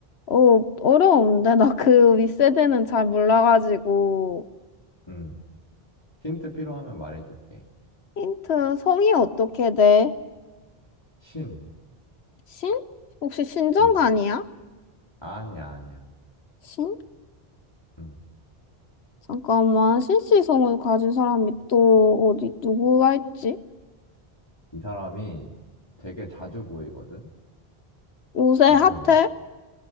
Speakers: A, on the left; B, on the left.
A: 어, 어려운데? 나 그 윗세대는 잘 몰라가지고.
B: 음. 힌트 필요하면 말해줄게.
A: 힌트, 성이 어떻게 돼?
B: 신.
A: 신? 혹시 신정관이야?
B: 음. 아니야, 아니야.
A: 신?
B: 음.
A: 잠깐만. 신씨 성을 가진 사람이 또 어디, 누구가 있지?
B: 이 사람이 되게 자주 보이거든?
A: 요새
B: 은근히.
A: 핫해?